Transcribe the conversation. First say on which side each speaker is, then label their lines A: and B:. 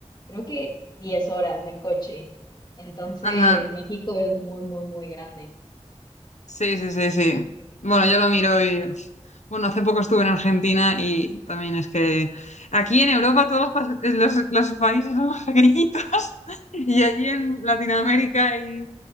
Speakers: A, on the left (about 40°); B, on the left (about 80°).
A: creo que diez horas en coche. Entonces,
B: ajá,
A: México es muy, muy, muy grande.
B: sí, sí, sí, sí. Bueno, yo lo miro y, bueno, hace poco estuve en Argentina y también es que aquí en Europa todos los, pa- los, los países son más pequeñitos <laughs> y allí en Latinoamérica y,